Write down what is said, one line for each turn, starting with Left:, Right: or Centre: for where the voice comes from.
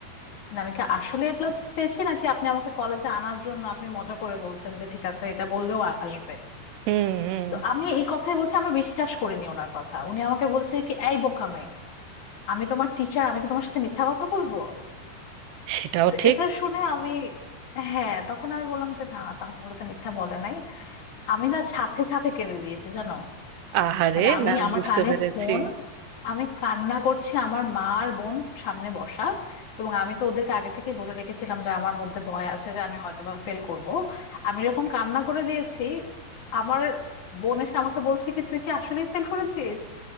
Left: মানে আমি কি আসলে এ প্লাস পেয়েছি নাকি আপনি আমাকে কলেজে আনার জন্য আপনি মজা করে বলছেন যে ঠিক আছে এটা বললেও আসবে
Right: হুম
Left: তো আমি এই কথাই বলছি আমি বিশ্বাস করিনি ওনার কথা উনি আমাকে বলছে কি এই বোকামে আমি তোমার টিচার আমি কি তোমার সাথে মিথ্যা কথা বলবো
Right: সেটাও
Left: তো
Right: ঠিক
Left: এটা শুনে আমি হ্যাঁ তখন আমি বললাম যে না তাহলে তো মিথ্যা বলে নাই আমি না সাথে সাথে কেঁদে দিয়েছি জানো
Right: আহারে
Left: মানে আমি
Right: না
Left: আমার
Right: বুঝতে
Left: কানে
Right: পেরেছি
Left: ফোন আমি কান্না করছি আমার মা আর বোন সামনে বসা এবং আমি তো ওদেরকে আগে থেকে বলে রেখেছিলাম যে আমার মধ্যে ভয় আছে যে আমি হয়তোবা ফেল করব আমি যখন কান্না করে দিয়েছি আমার বোন এসে আমাকে বলছে কি তুই কি আসলেই ফেল করেছিস